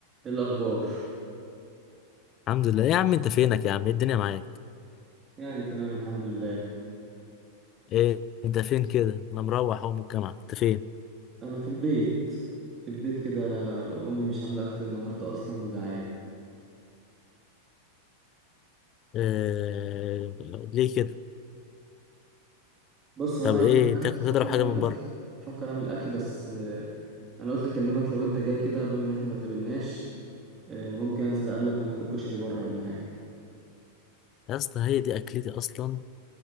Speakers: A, on the right; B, on the left.
A: إيه الأخبار؟
B: الحمد لله إيه يا عم انت فينك يا عم ايه الدنيا معاك
A: يعني تمام الحمد لله
B: ايه انت فين كده انا مروح اهو من الجامعه انت فين
A: أنا في البيت في البيت كده أمي مش عاملة أكل النهاردة أصلا وجعان
B: إيه... ليه كده
A: بص هو
B: طب
A: أنا عايز
B: ايه
A: أعمل
B: تاكل
A: أكل فكر
B: تضرب حاجه
A: أعمل
B: من
A: أكل
B: بره
A: فكر أعمل أكل بس آه، أنا قلت أكلمك لو أنت جاي كده بما إن إحنا ما اتقابلناش آه، ممكن أنزل أقابلك وناكل كشري بره ولا حاجة
B: يا اسطى هي دي اكلتي اصلا